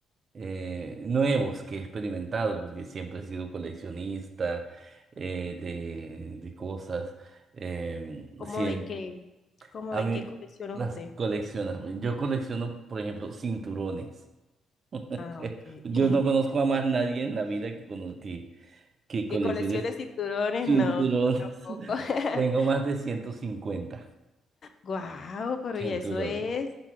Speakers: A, on the right; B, on the left.
A: eh, nuevos que he experimentado, porque siempre he sido coleccionista eh, de, de cosas. Eh,
B: ¿Cómo
A: siempre,
B: de qué? ¿Cómo
A: a
B: de
A: mí
B: qué colecciona
A: las
B: usted?
A: coleccionas. Yo colecciono, por ejemplo, cinturones. <laughs>
B: Ah, ok.
A: Yo
B: <laughs>
A: no conozco a más nadie en la vida que, cono- que, que coleccione
B: que coleccione cinturones,
A: cinturones.
B: no, no, tampoco.
A: <laughs>
B: <laughs>
A: Tengo más de 150
B: Guau, pero
A: cinturones.
B: ya eso es